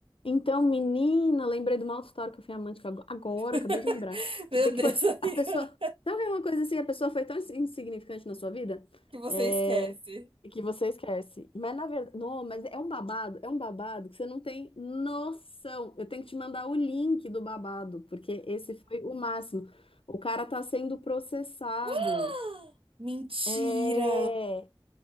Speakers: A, on the left; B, on the right.
A: Então, menina, lembrei de uma outra história que eu fui amante que ago- agora,
B: <laughs>
A: acabei de lembrar. Você
B: Meu
A: vê que
B: Deus,
A: foi
B: amiga.
A: a pessoa. Sabe que é uma coisa assim? A pessoa foi tão ins- insignificante na sua vida
B: Que você
A: é,
B: esquece.
A: que você esquece. Mas na verdade. Não, mas é um babado, é um babado que você não tem noção. Eu tenho que te mandar o link do babado, porque esse foi o máximo. O cara tá sendo processado.
B: <gasps> Mentira!
A: É,